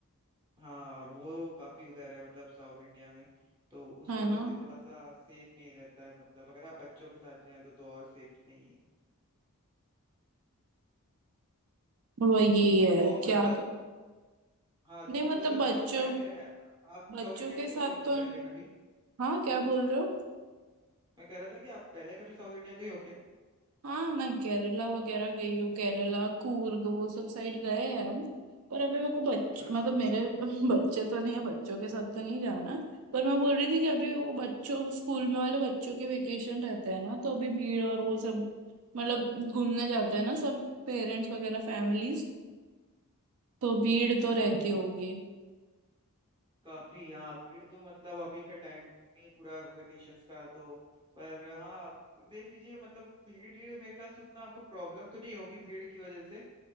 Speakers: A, on the right; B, on the right.
A: हाँ वो काफी उधर है मतलब साउथ इंडिया में तो उस
B: है
A: वजह
B: ना
A: से थोड़ा सा सेफ नहीं रहता है मतलब अगर आप बच्चों के साथ जाएं तो तो और सेफ नहीं है
B: वही है
A: तो
B: क्या
A: मतलब हाँ तो
B: नहीं
A: मैं
B: मतलब
A: पूछ रहा था
B: बच्चों
A: आप पहले आप
B: बच्चों
A: साउथ इंडिया गई
B: के साथ
A: हो क्या उससे
B: तो
A: पहले कभी
B: हाँ क्या बोल रहे हो
A: मैं कह रहा था कि आप पहले कभी साउथ इंडिया गई हो क्या
B: हाँ मैं केरला वगैरह गई हूँ केरला कूर्ग वो सब साइड गए हैं हम पर अभी मेरे को बच्चे
A: अच्छा
B: मतलब मेरे <laughs> बच्चे तो नहीं है बच्चों के साथ तो नहीं जाना पर मैं बोल रही थी कि अभी वो बच्चों स्कूल में वाले बच्चों के वेकेशन रहते हैं ना तो अभी भीड़ और वो सब मतलब घूमने जाते हैं ना सब पेरेंट्स वगैरह फैमिलीज तो भीड़ तो
A: हाँ
B: रहती होगी
A: काफी हाँ भीड़ तो मतलब अभी का टाइम ही है पूरा वेकेशंस का तो पर हाँ आप देख लीजिए मतलब भीड़ भीड़ मेरे ख्याल से उतना आपको प्रॉब्लम तो नहीं होगी भीड़ की वजह से